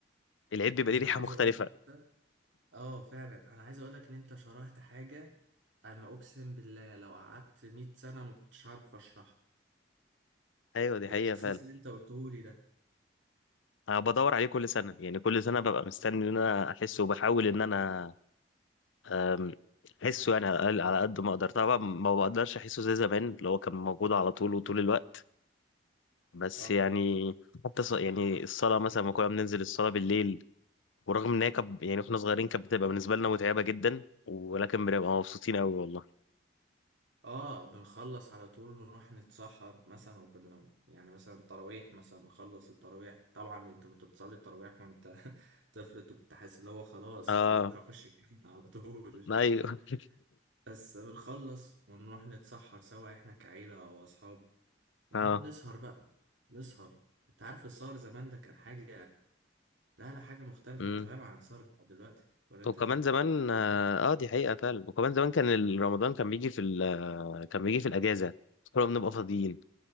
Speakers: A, on the left; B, on the right.
A: العيد بيبقى
B: انا
A: ليه ريحه
B: عايز
A: مختلفه
B: اقول لك انت اه فعلا انا عايز اقول لك ان انت شرحت حاجة انا اقسم بالله لو قعدت 100 سنة ما كنتش عارف اشرحها
A: ايوه دي
B: الاحساس
A: حقيقه فعلا
B: اللي انت قلته لي ده
A: انا بدور عليه كل سنه يعني كل سنه ببقى مستني ان انا احسه وبحاول ان انا آم، احسه يعني على الأقل- على قد ما اقدر طبعا ما بقدرش احسه زي زمان اللي هو كان موجود على طول وطول الوقت بس
B: صح
A: يعني حتى ص... يعني الصلاة مثلا ما كنا بننزل الصلاة بالليل ورغم ان هي كب... يعني واحنا صغيرين كانت بتبقى بالنسبة لنا متعبة جدا ولكن بنبقى مبسوطين قوي والله
B: اه بنخلص على طول نروح نتسحر مثلا وكنا يعني مثلا تراويح مثلا نخلص التراويح طبعا انت كنت بتصلي التراويح وانت <laughs> طفل انت كنت حاسس اللي هو خلاص
A: اه
B: انا بكرة اخش الجنة على طول
A: ايوه <laughs>
B: <laughs> بس بنخلص ونروح نتسحر سوا احنا كعيلة او اصحاب ونقعد
A: اه
B: نسهر بقى نسهر انت عارف السهر زمان ده كان حاجة لا لا حاجة مختلفة
A: امم
B: تماما عن السهر بتاع دلوقتي ولا انت
A: وكمان
B: ايه رأيك؟
A: زمان اه آه، دي حقيقة فعلا وكمان زمان كان ال- رمضان كان بيجي في ال... كان بيجي في الأجازة كنا بنبقى فاضيين